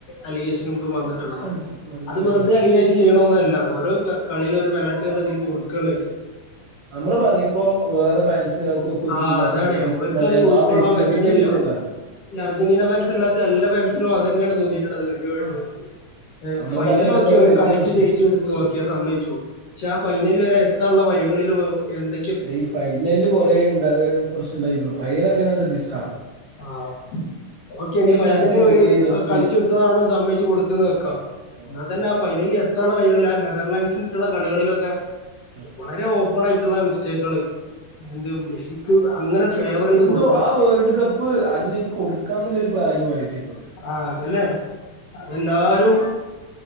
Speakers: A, on the left; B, on the right.
A: അലിഗേഷൻ നമുക്ക് വന്നിട്ടുള്ളതാ.
B: ക- കണ്ടിട്ടുണ്ട്. നന്നായിട്ട്
A: അത് വെറുതെ
B: വന്നു.
A: അലിഗേഷൻ ചെയ്യണ ഒന്ന്ല്ല ഓരോ കളീൽ ഒരു പെനാൽറ്റി ന്ന് പറഞ്ഞ് ഇതിൽ കൊടുക്കണ്.
B: നമ്മള് പറയുമ്പോ വേറെ ഫാൻസ് നോകു
A: ആഹ് അതാണ്
B: കറ്റി
A: ഓര്ക്കത് ഉൾക്കൊള്ളാൻ
B: ബേസിൽ
A: പറ്റണില്ല
B: നെഗറ്റീവ് ബേസില കാണ് ണ്.
A: അർജന്റീന ഫെൻസല്ലാത്ത എല്ല ഫാൻസിനും അതന്നെയാണ് തോന്നിയിട്ടുള്ളത്. കഴിഞ്ഞ വേൾഡ്
B: ആഹ്.
A: കപ്പില്.
B: നമ്മള്
A: ഫൈനലോക്കെ
B: പറഞ്ഞേന്റെ അത് ഒരു
A: അവര്
B: വല്യ
A: കളിച്ചു
B: പ്രശ്നായി.
A: ജയിച്ചടു ച്ചെടുത്തു ഓക്കെ സമ്മയിച്ചു. പക്ഷെ ആ ഫൈനല് വരെ എത്താനുള്ള വഴികളിൽ എന്തൊ
B: ഈ ഫൈനല് കൊറെേ ഉണ്ടാ പ്രശ്നം കുറച്ചുണ്ടായി. ഫൈനൽ അടക്കം ശ്രദ്ധിച്ച
A: ആഹ് ഓക്കെ ഇനി ഫൈനലി
B: ചാൻസ് എന്തൊക്കെ
A: അവര്
B: ഈ റഫറി
A: കളിച്ചുടുത്തതാണ് ന്ന് സമ്മയിച്ച് കൊടുത്ത്ന്ന് വെക്കാ.
B: ആഹ്
A: എന്നാ
B: അതെ
A: തന്നെ ഫൈനലിൽ എത്താനുള്ള വഴികളിൽ ആ നെതർലാൻസിനുള്ള കളികളിലൊക്കെ
B: ആഹ്.
A: വളരെ ഓപ്പൺ ആയിട്ടുള്ള മിസ്റ്റേക്കുകള്. എന്ത് മെസ്സിക്ക് അങ്ങനെ ഫേവർ ചെയ്ത്
B: എന്തോ
A: കൊടുക്കുക
B: ആ വേൾഡ് കപ്പ് അർജന്റീനക്ക് കൊടുക്കാ എന്നുള്ളൊരു പ്ലാനു മയിരി ആഹ് ഫിഫക്ക്.
A: ആഹ് അതല്ലേ അതെല്ലാരും.